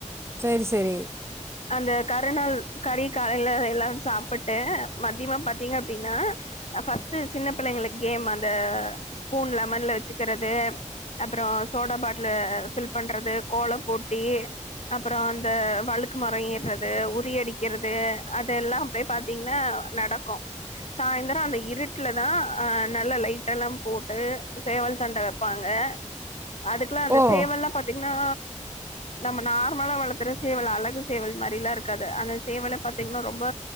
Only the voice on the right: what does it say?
சரி சரி
ஓ